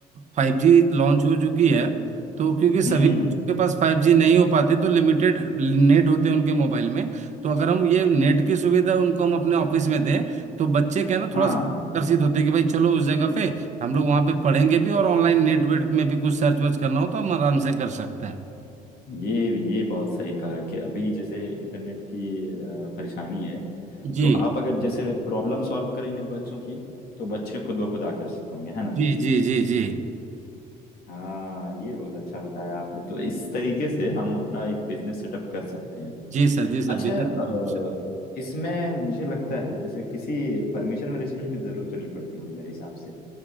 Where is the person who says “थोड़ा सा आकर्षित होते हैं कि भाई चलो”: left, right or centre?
Right